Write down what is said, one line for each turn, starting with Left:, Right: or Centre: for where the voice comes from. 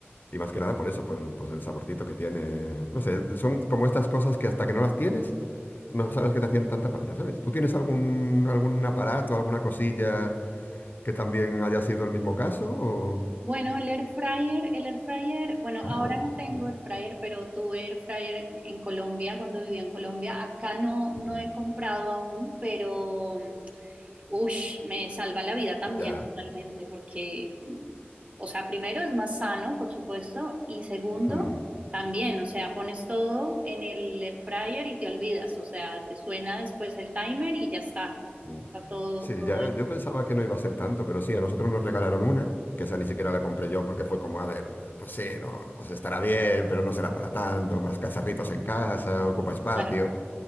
Left: Y más que nada por eso, por pues el saborcito que tiene. No sé, son como estas cosas que hasta que no las tienes, no sabes que te hacían tanta falta, ¿sabes? ¿Tú tienes algún, algún aparato, alguna cosilla que también haya sido el mismo caso? o-
Right: Bueno, el air fryer, el air fryer, bueno,
Left: Ah,
Right: ahora no tengo
Left: mira.
Right: air fryer, pero tuve air fryer en Colombia cuando vivía en Colombia. Acá no, no
Left: Mm,
Right: he comprado aún, pero ush, me salva la vida también
Left: Ya.
Right: totalmente, porque, mm, o sea, primero es más sano, por supuesto, y segundo,
Left: Mm,
Right: también, o sea, pones todo en el air fryer y te olvidas, o sea, te suena después el timer y ya está,
Left: mm.
Right: está todo,
Left: Sí,
Right: todo
Left: ya,
Right: hecho,
Left: yo pensaba que no iba a ser tanto, pero sí, a nosotros nos regalaron una, que esa ni siquiera la compré yo porque fue como, a ver, pues sí, no, pues estará bien, pero no será para tanto, más cacharritos en casa, ocupa espacio.
Right: claro.